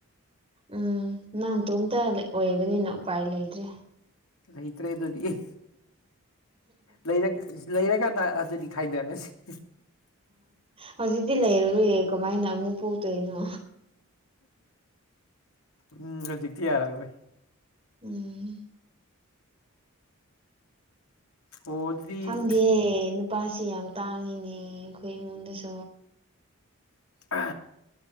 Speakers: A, on the right; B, on the left.
A: ꯎꯝ ꯅꯪꯇꯣꯝꯇ ꯑꯣꯏꯕꯅꯤꯅ ꯎꯄꯥꯏ ꯂꯩꯇ꯭ꯔꯦ
B: ꯂꯩꯇ꯭ꯔꯦ ꯑꯗꯨꯗꯤ ꯂꯩꯔ ꯂꯩꯔꯥꯀꯥꯟꯗ ꯗꯨꯗꯤ ꯈꯥꯏꯅꯔꯁꯤ
A: ꯍꯧꯖꯤꯛꯇꯤ ꯂꯩꯔꯔꯣꯏꯌꯦ ꯀꯃꯥꯏꯅ ꯑꯃꯨꯛ ꯄꯣꯛꯇꯣꯏꯅꯣ
B: ꯎꯝ ꯍꯧꯖꯤꯇꯤ ꯌꯥꯔꯔꯣꯏ
A: ꯎꯝ
B: ꯑꯣ ꯑꯗꯨꯗꯤ
A: ꯈꯪꯗꯦ ꯅꯨꯄꯥꯁꯤ ꯌꯥꯝ ꯇꯥꯡꯉꯤꯅꯦ ꯑꯈꯣꯏ ꯏꯃꯨꯡꯗꯁꯨ
B: ꯑ